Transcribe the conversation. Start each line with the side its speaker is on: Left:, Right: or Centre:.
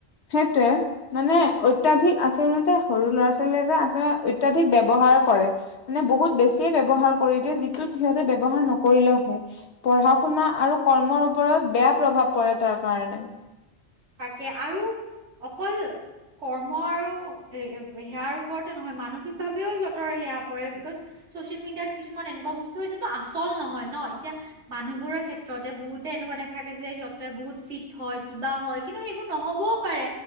Left: সেইটোৱেই মানে অত্যাধিক আছিল মতে সৰু ল'ৰা ছোৱালী এটা আচলতে অত্যাধিক ব্যয়ৱহাৰ কৰে মানে বহুত বেছিয়ে ব্যৱহাৰ কৰি দিয়ে যিটো সিহঁতে ব্যৱহাৰ নকৰিলেও পঢ়া শুনা আৰু কৰ্মৰ ওপৰত বেয়া প্ৰভাৱ পৰে তাৰ কাৰণে
Right: তাকে আৰু অকল কৰ্ম আৰু এ সেয়াৰ ওপৰতে নহয় মানসিকভাৱেও সিহঁতৰ সেয়া পৰে বিকজ চচিয়েল মিডিয়াত কিছুমান এনেকুৱা বস্তু হয় যোনটো আচল নহয় ন এতিয়া মানুহবোৰৰ ক্ষেত্ৰতে বহুতে এনে এনেকুৱা দেখা গে যে সিহঁতে বহুত ফিট হয় কিবা হয়? কিন্তু সেইবোৰ নহ'বও পাৰে